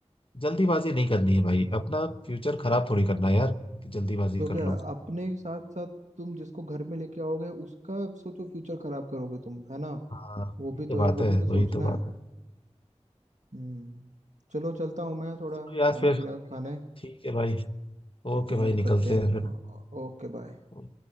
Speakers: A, on the left; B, on the right.
A: जल्दीबाजी नहीं करनी है भाई अपना फ्यूचर खराब थोड़ी करना है यार कि जल्दीबाजी
B: तो
A: कर
B: क्या
A: लो
B: अपने साथ साथ तुम जिसको घर में लेके आओगे उसका सोचो फ्यूचर खराब करोगे तुम है ना
A: हाँ
B: वो
A: वही
B: भी तो
A: तो बात
B: है वो
A: है
B: भी तो सोचना
A: वही तो बात
B: है
A: है
B: हम्म चलो चलता हूँ मैं थोड़ा
A: चलो यार
B: खाना
A: फिर
B: पीना खाने
A: ठीक है भाई ओके
B: डिनर
A: भाई निकलते
B: करते हैं
A: हैं
B: ओ- ओ- Okay bye
A: फिर